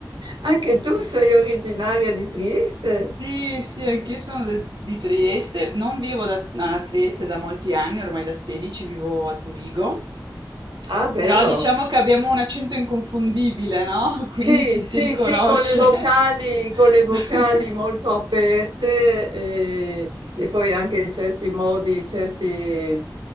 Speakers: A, on the right; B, on the right.
A: Anche tu sei originaria di Trieste?
B: Sì, sì, anch'io sono de- di Trieste, non vivo da- a Trieste da molti anni, ormai da 16 vivo a Zurigo,
A: Ah, bello.
B: però diciamo che abbiamo un accento inconfondibile, no? <laughs>
A: Sì,
B: Quindi ci si
A: sì,
B: riconosce.
A: sì, con le vocali, con
B: <laughs>
A: le vocali molto aperte e,
B: Sì.
A: e poi anche certi modi, certi-